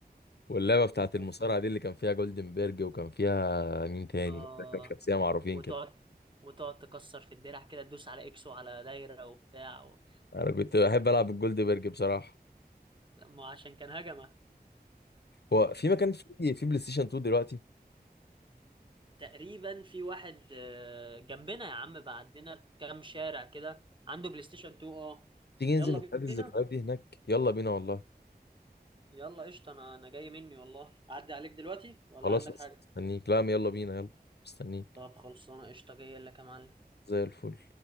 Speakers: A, on the left (about 85°); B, on the right (about 30°).
A: واللعبه بتاعت المصارعه
B: وف...
A: دي اللي كان فيها جولدنبرج وكان فيها مين تاني
B: اه
A: كان فيها كام شخصيه معروفين
B: وتقعد
A: كده
B: وتقعد تكسر في الدرع كده تدوس على اكس وعلى دايرة وبتاع و...
A: انا كنت بحب العب الجولدنبرج بصراحه
B: لا، ما هو عشان كان هجمة
A: هو في مكان في في بلاي ستيشن 2 دلوقتي
B: تقريبا في واحد آه، جنبنا يا عم بعدنا بكام شارع كده عنده بلاي ستيشن 2 اه
A: تيجي ننزل
B: يلا
A: نتقابل الذكريات
B: بينا
A: دي هناك يلا بينا والله
B: يلا قشطة انا انا جاي مني والله اعدي عليك دلوقتي ولا
A: خلاص
B: عندك حاجة
A: مستنيك لا يلا بينا يلا مستنيك
B: طب خلصانة قشطة جاي لك يا معلم
A: زي الفل